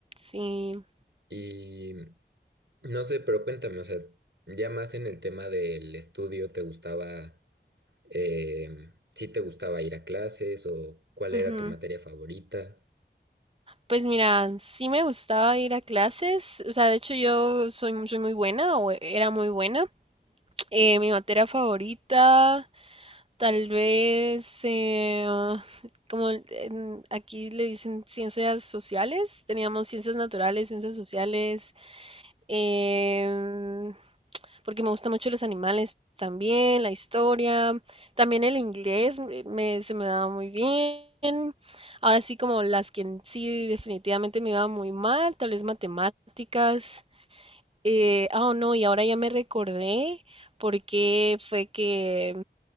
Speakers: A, on the right; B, on the right.
A: Sí.
B: Y no sé, pero cuéntame, o sea, ya más en el tema del estudio, ¿te gustaba, eh, sí te gustaba ir a clases o cuál
A: ujú.
B: era tu materia favorita?
A: Pues mira, sí me gustaba ir a clases. O sea, de hecho yo soy, soy muy buena o era muy buena. Eh, mi materia favorita, tal vez, eh, ah, como en- aquí le dicen ciencias sociales, teníamos ciencias naturales, ciencias sociales. em, porque me gustan mucho los animales también, la historia, también el inglés me, se me daba muy bien. Ahora sí, como las que en sí definitivamente me iba muy mal, tal vez matemáticas. Eh, ah, oh, no, y ahora ya me recordé porque fue que,